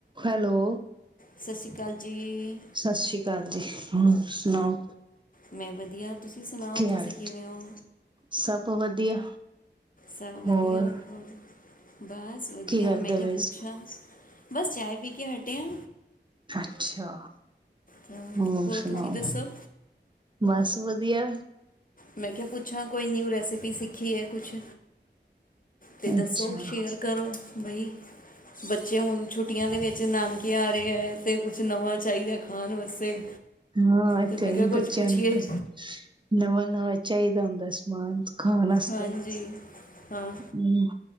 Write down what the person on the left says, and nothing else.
ਸਤਿ ਸ਼੍ਰੀ ਅਕਾਲ ਜੀ
ਮੈਂ ਵਧੀਆ ਤੁਸੀਂ ਸੁਣਾਓ
ਤੁਸੀਂ
ਕਿਵੇਂ ਹੋ
ਸਭ ਵਧੀਆ
ਹੋਰ ਬਸ ਵਧੀਆ
ਮੈਂ ਕਿਹਾ
ਪੁੱਛਾਂ
ਬਸ ਚਾਏ ਪੀ ਕੇ ਹਟੇ ਹਾਂ
ਤਾਂ
ਤੁਸੀਂ ਦੱਸੋ
ਮੈਂ ਕਿਹਾ ਪੁੱਛਾਂ ਕੋਈ ਨਿਊ ਰੈਸਿਪੀ ਸਿੱਖੀ ਹੈ ਕੁਛ ਤੇ ਦੱਸੋ
ਸ਼ੇਅਰ ਕਰੋ ਬਈ ਬੱਚੇ ਹੁਣ ਛੁੱਟੀਆਂ ਦੇ ਵਿੱਚ ਨਾਨਕੇ ਹੈ ਤੇ ਕੁਛ ਨਵਾਂ ਚਾਹੀਦਾ ਖਾਣ ਵਾਸਤੇ
ਤੇ ਮੈਂ
ਕਿਹਾ ਕੁਛ
ਪੁੱਛੀਏ
ਹਾਂਜੀ ਹਾਂ